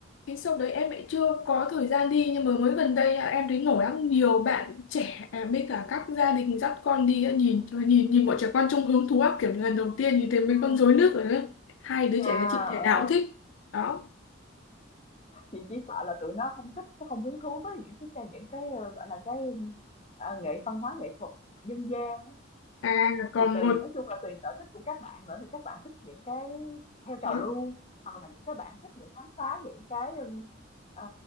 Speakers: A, on the left; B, on the left.
A: Cái show đấy em lại chưa có thời gian đi nhưng mà mới gần đây à, em thấy nổi lắm nhiều bạn trẻ à, với cả các gia đình dắt con đi à, nhìn trời, nhìn nhìn bọn trẻ con trông hứng thú lắm kiểu lần đầu tiên nhìn thấy mấy
B: Ừ.
A: con rối nước rồi đó hai đứa
B: À,
A: trẻ nhà chị
B: ờ.
A: thể nào cũng thích đó
B: Chị chỉ sợ là tụi nó không thích, nó không hứng thú với những cái những cái ờ, gọi là cái um, à, nghệ văn hóa nghệ thuật dân gian á.
A: à còn
B: thì tùy
A: một
B: nói chung là tùy sở thích của các bạn nữa thì các bạn thích những cái theo trào
A: đó
B: lưu hoặc là những cái bạn thích những khám phá những cái um, ờ,